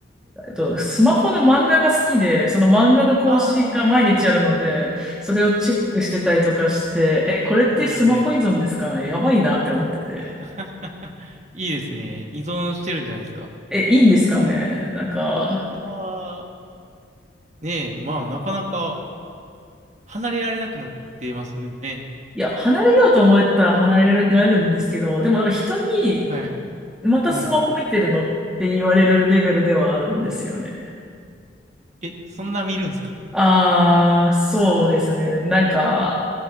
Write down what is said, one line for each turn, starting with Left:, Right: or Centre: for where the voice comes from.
Centre: えっと、スマホの漫画が好きで、その漫画の更新が毎日あるので、
Right: あ
Centre: それをチェックしてたりとかして、
Right: あ。<laughs>
Centre: え、これってスマホ依存ですかねやばいなって思ってて。
Right: はいはい。<laughs> いいですね。依存してるんじゃないですか。
Centre: え、いいんですかねなんか、
Right: いやー、ねえ、まあ、なかなか離れられなくなってますね。
Centre: いや、離れようと思ったら離れられるんですけど、でもなんか人に、
Right: はい。
Centre: またスマホ見てるのって言われるレベルではあるんですよね。
Right: はい。え、そんな見るんですか
Centre: あー、そうですね。なんか、